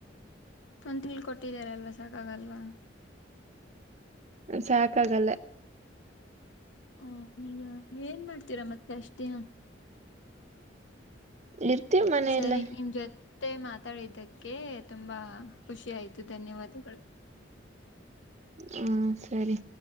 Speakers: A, on the left; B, on the right.
A: ಒಂದ್ ತಿಂಗ್ಳ್ ಕೊಟ್ಟಿದಾರಲ್ವಾ ಸಾಕಾಗಲ್ವಾ.
B: ಸಾಕಾಗಲ್ಲ.
A: ಹ ಈಗ ಏನ್ ಮಾಡ್ತೀರಾ ಮತ್ತೆ ಅಷ್ಟ ದಿನ.
B: ಇರ್ತೀವಿ ಮನೆಯಲ್ಲೇ
A: ಸರಿ ನಿಮ್ ಜೊತೆ ಮಾತಾಡಿದ್ದಕ್ಕೆ ತುಂಬಾ ಖುಷಿ ಆಯ್ತು ಧನ್ಯವಾದಗಳು.
B: ಹಾ ಸರಿ